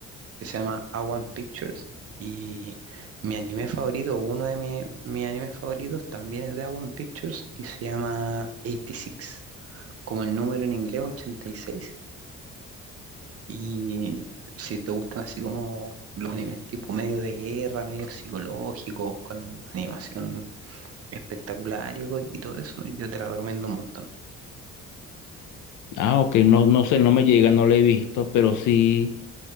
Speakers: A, on the right; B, on the left.
A: que se llama A One Pictures. Y mi anime favorito, uno de mi- mis animes favoritos, también es de A One Pictures y se llama 86, como el número en inglés 86. Y seis. Y si te gustan así como los animes tipo medio de guerra, medio psicológicos, con animación espectacular y, co- y todo eso, yo te la recomiendo un montón.
B: Ah, ok, no, no sé, no me llega, no lo he visto, pero sí,